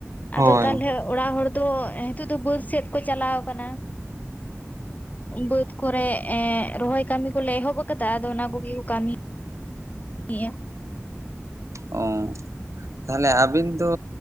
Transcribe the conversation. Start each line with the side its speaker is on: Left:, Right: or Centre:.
Right: ᱦᱳᱭ
Left: ᱟᱫᱚ ᱛᱟᱦᱚᱞᱮ ᱚᱲᱟᱜ ᱦᱚᱲ ᱫᱚ ᱦᱤᱛᱚᱜ ᱫᱚ ᱵᱟᱹᱫᱽ ᱥᱮᱫ ᱠᱚ ᱪᱟᱞᱟᱣ ᱟᱠᱟᱱᱟ᱾ ᱵᱟᱹᱫᱽ ᱠᱚᱨᱮ ᱮᱸ ᱨᱚᱦᱚᱭ ᱠᱟᱹᱢᱤ ᱠᱚᱞᱮ ᱮᱦᱚᱵ ᱟᱠᱟᱫᱟ ᱟᱫᱚ ᱚᱱᱟ ᱠᱚ <unintelligible> ᱠᱟᱹᱢᱤ ᱮᱭᱟ᱾
Right: ᱚ ᱛᱟᱦᱚᱞᱮ ᱟᱵᱤᱱ ᱫᱚ